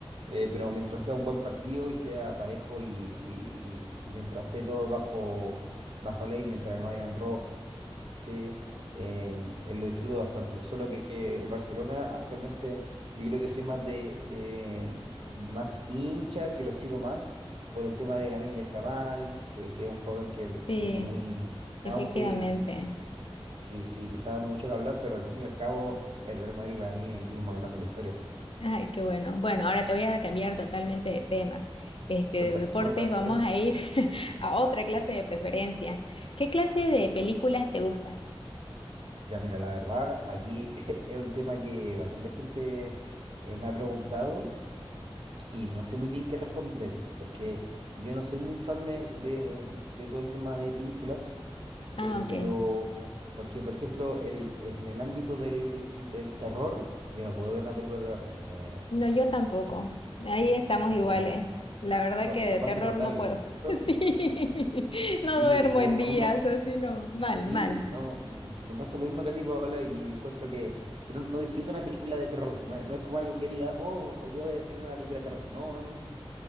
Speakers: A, on the right; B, on the left.
A: eh, pero mientras sea un buen partido y sea parejo y, y- y- y mientras esté todo bajo, bajo ley, mientras no hayan roces, eh, eh, eh, lo disfruto bastante. Solo que eh, el Barcelona actualmente yo creo que soy más de, de- más hincha, que lo sigo más por el tema de Lamine Yamal, que, que es un joven que,
B: Sí,
A: que viene muy
B: efectivamente.
A: en auge Sí, sí, está dando mucho que hablar, pero al fin y al cabo, el Real Madrid para mí es el equipo más grande de la historia.
B: Ay, qué bueno. Bueno, ahora te voy a cambiar totalmente de tema. Este,
A: Perfecto,
B: de deportes
A: me pa- me parece.
B: vamos a ir <laughs> a otra clase de preferencia. ¿Qué clase de películas te gusta?
A: Ya, mira, la verdad, aquí <laughs> es un tema que bastante gente eh, me ha preguntado y no sé muy bien qué responder, porque yo no soy muy fan de, de, de todo el tema de películas,
B: Ah,
A: eh,
B: ok.
A: pero porque, por ejemplo, el, en el ámbito del, del terror, yo no puedo ver una película de terror, me,
B: No, yo tampoco.
A: me,
B: Ahí estamos
A: me-
B: iguales.
A: me-
B: La verdad
A: lo,
B: que de
A: lo paso
B: terror
A: fatal,
B: no puedo.
A: ¿cierto?
B: <laughs> Sí. No
A: Sí,
B: duermo
A: yo
B: en días,
A: con un ojo.
B: así no. Mal,
A: Sí,
B: mal.
A: no, me, me pasa lo mismo que a ti, Paola, y encuentro que, que no, no disfruto una película de terror. No, es no es como algo que diga, oh, hoy día voy a ver una película de terror. No, no, no, no.